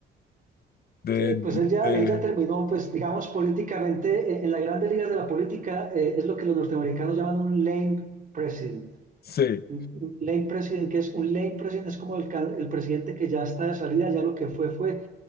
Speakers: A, on the left; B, on the right.
A: De,
B: Sí,
A: de-
B: pues él ya,
A: de-
B: él ya terminó, pues digamos, políticamente, en, en las grandes ligas de la política eh, es lo que los norteamericanos llaman un lame president.
A: sí,
B: Un un lame president, que es un lame president, es como el, ca- el presidente que ya está de salida, ya lo que fue, fue.